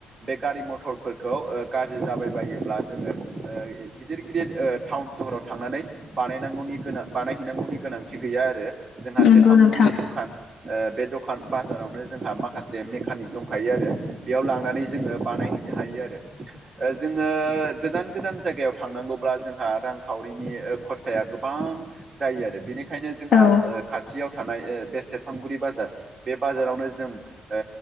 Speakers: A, on the right; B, on the left.
A: बे गारि मथरफोरखौ ओ गाज्रि जाबायबायोब्ला जोंङो ओ गिदिर गिदिर ओ थटाउनस। सहराव थांनानै बानायनांगौनि गोनां बानायहैनांगौनि गोनांथि गैया आरो। जोंहा
B: नंगौ
A: सेरफांगुरि
B: नोंथां
A: दखान ओ बे दखान बाजारावनो जोंहा मा। माखासे मेकानिक दंखायो आरो बेयाव लांनानै जोंङो बानायहैनो हायो आरो। ओ जोंङो गोजान गोजान जायगायाव थांनांगौब्ला जोंहा रांखावरिनि ओ खरसाया गोबां। गोबां जायो आरो बेनिखाय। बेखायनो जोंहा
B: औ
A: ओ खाथियाव थानाय ओ बे सेरफांगुरि बाजार बे बाजारावनो जों। ओ